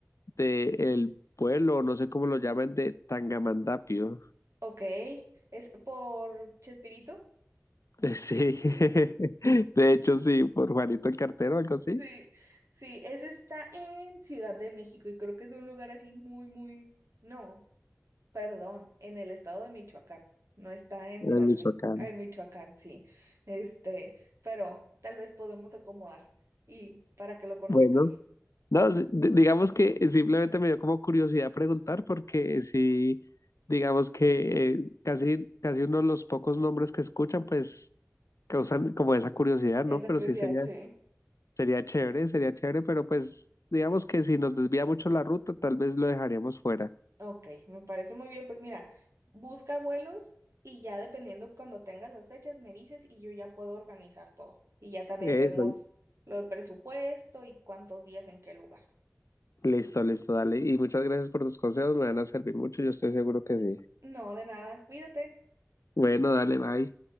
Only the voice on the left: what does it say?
de el pueblo, no sé cómo lo llaman, de Tangamandapio.
<laughs> Sí,
<laughs> de hecho sí, por Juanito el Cartero, algo así,
en
Michoacán.
Bueno, no, sí, di- digamos que eh, simplemente me dio como curiosidad preguntar porque sí, digamos que eh, casi, casi uno de los pocos nombres que escuchan, pues causan como esa curiosidad,
¿no? Pero
sí sería
Sería chévere, sería chévere, pero pues digamos que si nos desvía mucho la ruta, tal vez lo dejaríamos fuera.
Eso,
listo, listo, dale. Y muchas gracias por tus consejos, me van a servir mucho, yo estoy seguro que sí.
Bueno, dale, bye.